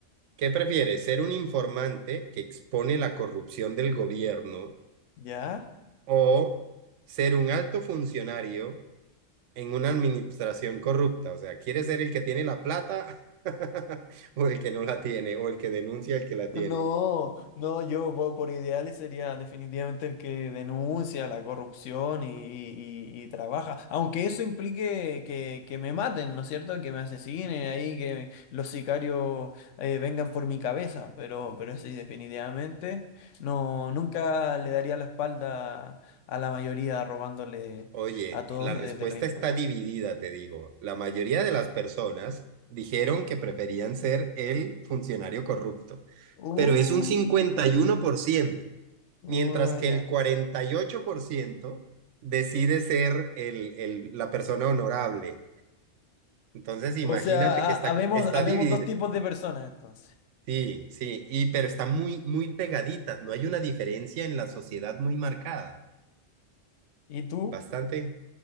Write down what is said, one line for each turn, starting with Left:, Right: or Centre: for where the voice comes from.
Right: ¿qué prefieres? ¿Ser un informante que expone la corrupción del gobierno
Left: ¿Ya?
Right: o ser un alto funcionario en una administración corrupta? O sea, ¿quieres ser el que tiene la plata <laughs> o el que no la tiene o el que denuncia el que la tiene?
Left: No, no, yo po- por ideales sería definitivamente el que denuncia la corrupción y, y- y- y trabaja, aunque eso implique que, que me maten, ¿no es cierto? Que me asesinen ahí, que los sicarios eh, vengan por mi cabeza, pero, pero sí, definitivamente no, nunca le daría la espalda a la mayoría robándole
Right: Oye,
Left: a todos
Right: la respuesta
Left: desde los impuestos.
Right: está dividida, te digo. La mayoría de las personas dijeron que preferían ser el funcionario corrupto,
Left: Uh,
Right: pero es un cincuenta
Left: qué la
Right: y
Left: chingada.
Right: uno por ciento,
Left: Uh,
Right: mientras que
Left: ya.
Right: el 48% decide ser el, el- la persona honorable. Entonces, imagínate
Left: O sea, ha-
Right: que está,
Left: habemos,
Right: está
Left: habemos
Right: dividida.
Left: dos tipos de personas entonces.
Right: Sí, sí, y, pero está muy, muy pegaditas. No hay una diferencia en la sociedad muy marcada.
Left: ¿Y tú?
Right: Bastante.